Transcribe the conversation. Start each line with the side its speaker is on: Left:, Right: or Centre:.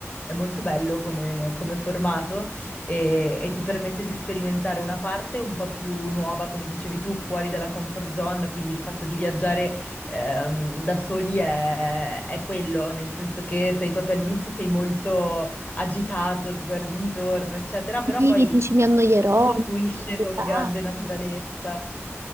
Left: È molto bello come, come formato e, e ti permette di sperimentare una parte un po' più nuova, come dicevi tu, fuori dalla comfort zone, quindi il fatto di viaggiare ehm, da soli è, è quello, nel senso che sei proprio all'inizio, sei molto agitato, ti guardi intorno, eccetera, però
Right: sì,
Left: poi...
Right: dici, mi annoierò,
Left: Tutto
Right: mi
Left: fluisce
Right: sento di
Left: con
Right: farlo.
Left: grande naturalezza.